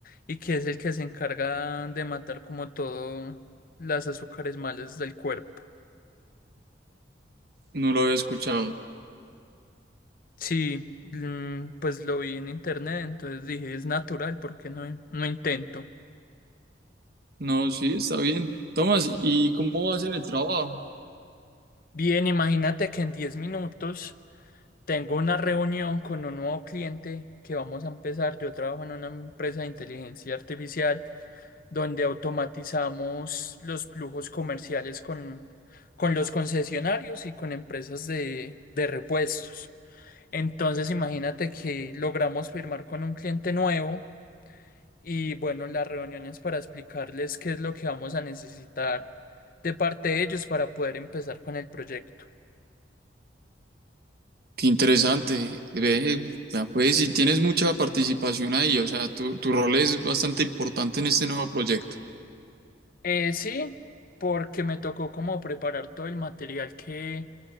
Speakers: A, on the left; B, on the right.
A: y que es el que se encarga de matar como todo las azúcares malas del cuerpo.
B: No lo había escuchado.
A: Sí, mm, pues lo vi en internet, entonces dije, es natural, porque no, no intento?
B: No, sí, está bien. Tomás, ¿y cómo vas en el trabajo?
A: Bien, imagínate que en 10 minutos tengo una reunión con un nuevo cliente que vamos a empezar. Yo trabajo en una empresa de inteligencia artificial. donde automatizamos los flujos comerciales con, con los concesionarios y con empresas de, de repuestos. Entonces, imagínate que logramos firmar con un cliente nuevo y bueno, las reuniones para explicarles qué es lo que vamos a necesitar de parte de ellos para poder empezar con el proyecto.
B: Qué interesante. Ve, vea pues, si tienes mucha participación ahí, o sea, tu, tu rol es bastante importante en este nuevo proyecto.
A: Eh, sí, porque me tocó como preparar todo el material que